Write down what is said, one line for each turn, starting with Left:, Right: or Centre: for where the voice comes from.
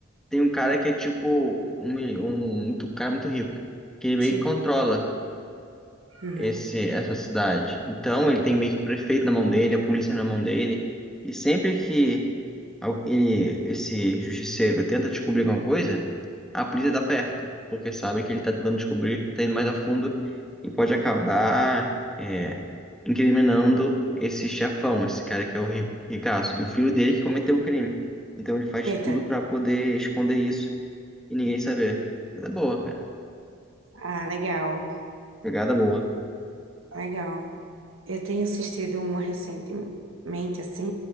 Centre: tem um cara que é tipo um, mil- um, muito- um cara muito rico, que ele meio
Right: sim.
Centre: que controla
Right: Uhum.
Centre: esse, essa cidade. Então ele tem meio que o prefeito na mão dele, a polícia na mão dele. E sempre que al- ele, esse justiceiro tenta descobrir alguma coisa, a polícia tá perto, porque sabe que ele tá tentando descobrir, tá indo mais a fundo e pode acabar é, incriminando esse chefão, esse cara que é o ri- ricaço, e o filho dele que cometeu o crime. Então ele faz
Right: Eita.
Centre: tudo pra poder esconder isso e ninguém saber. Mas é boa, cara.
Right: Ah, legal,
Centre: Pegada boa.
Right: legal. Eu tenho assistido uma recentemente, assim,